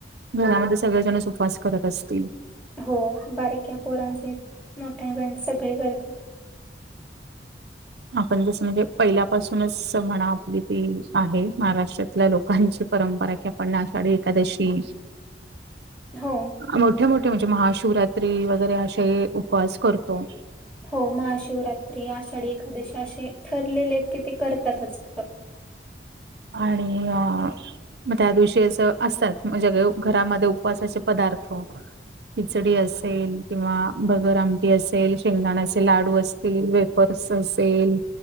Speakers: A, on the right; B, in the centre.
A: घरामध्ये सगळेजणस उपवास करत असतील
B: हो बारीक्या पोरांचे मोठ्या ब सगळे करतात
A: आपण जसं म्हणजे पहिल्यापासूनच म्हणा आपली ती आहे महाराष्ट्रातल्या लोकांची परंपरा की आपणला आषाढी एकादशी
B: हो
A: मोठे मोठे म्हणजे महाशिवरात्री वगैरे असे उपवास करतो
B: हो महाशिवरात्री आषाढी एकादशी असे ठरलेले आहेत की ते करतातच असं
A: आणि अ मग त्या दिवशी असं असतात जे घरामध्ये उपवासाचे पदार्थ खिचडी असेल किंवा भगर आमटी असेल शेंगदाण असेल लाडू असल अस वेपर्स असेल